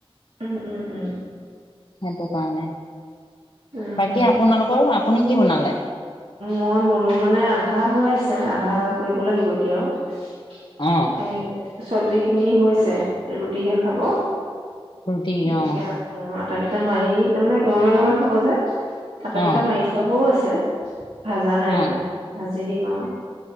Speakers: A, on the right (about 80°); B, on the left (about 50°).
A: উম উম উম।
B: সেইটো কাৰণে
A: উম
B: বাকী আপোনালোকৰ আপুনি কি বনালে?
A: মই বনোৱা মানে আধা হৈ আছে আধা কৰিব লাগিব এতিয়া আৰু।
B: অ'
A: এ চব্জি খিনি হৈছে ৰুটিহে খাব।
B: ৰুটি
A: গতিকে
B: অ'
A: অঁ আঠকেইটা মাৰি কিনে গৰমে গৰমে খাব যে। আটা
B: অ'
A: গিটা মাৰি থোৱাওঁ আছে ভাজা নাই
B: অ'।
A: মানে ভাজি দিম আৰু।